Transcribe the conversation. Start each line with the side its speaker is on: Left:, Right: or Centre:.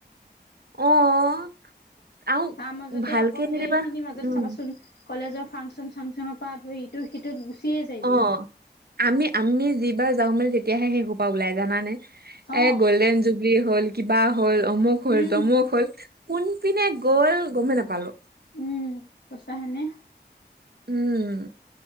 Right: অ', আৰু
Left: তাৰ মাজতে
Right: ভালকে
Left: আকৌ সেইখিনি
Right: যেনিবা
Left: মাজত
Right: উম
Left: চাবাচোন। কলেজৰ ফাংচন চাংচনৰ পৰা ধই ইটো সিটোত গুচিয়ে যায়গৈ
Right: অ আমি আমি যিবাৰ যাওঁ মেলি তেতিয়াহে সেই সোপা ওলাই জানে।
Left: অ
Right: এ গল্ডেন জুবলি হ'ল কিবা হ'ল অমুক হ'ল
Left: উম
Right: তমুক হ'ল। কোনপিনে গল গমেই নাপালো।
Left: উম কৈছা হেনে।
Right: উ'ম।